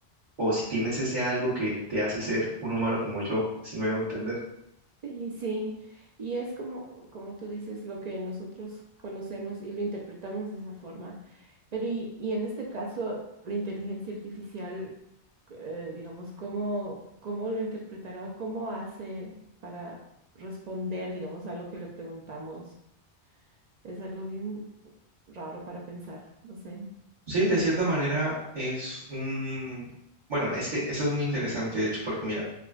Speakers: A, on the right; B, on the right.
A: o si tienes ese algo que te hace ser un humano como yo, si me hago entender.
B: Sí, sí. Y es como, como tú dices, lo que nosotros conocemos y lo interpretamos de esa forma. Pero y, y en este caso, la inteligencia artificial, eh, digamos, ¿cómo, cómo lo interpretará o cómo hace para responder, digamos, a lo que le preguntamos? Es algo bien raro para pensar, no sé.
A: Sí, de cierta manera es un... Bueno, es que eso es muy interesante, de hecho, porque mira,